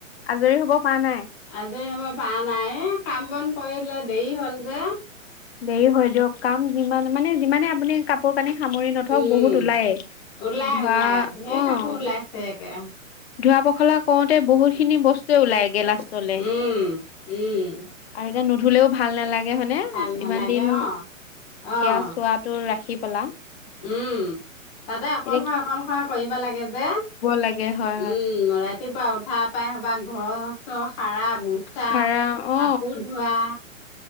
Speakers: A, on the left; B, in the centre.
A: আজৰি হ'ব পৰা নাই!
B: আজৰি হ'বৰ পৰা নাই এই কাম বন কৰি লৈ দেৰি হ'ল যে
A: দেৰি হয় দিয়ক কাম যিমান মানে যিমানে আপুনি কাপোৰ কানি সামৰি নথওক
B: উম
A: বহুত ওলায়েই।
B: ওলাই
A: ধোৱা
B: ওলাই ঢেৰ
A: অৱ,
B: কাপোৰ ওলাইছে একে
A: ধোৱা পখলা কওঁতে বহুত খিনি বস্তুৱে ওলাইগে লা। লে
B: উম উম
A: আৰু এতিয়া নুধুলেও ভাল নালাগে হয়নে?
B: ভাল নালাগে
A: ইমান দিন
B: অ',
A: এতিয়া
B: অ',
A: চোৱাটো ৰাখি। পেলা
B: উম তাতে অকলশয়
A: এতিয়া
B: অকলশয় কৰিব লাগে যে।
A: টাকে হয়।
B: উম ৰাতিপুৱা উঠা পাই সবা ঘৰ চৰ সৰা মোচা
A: খাৰা অ
B: কাপোৰ ধোৱা।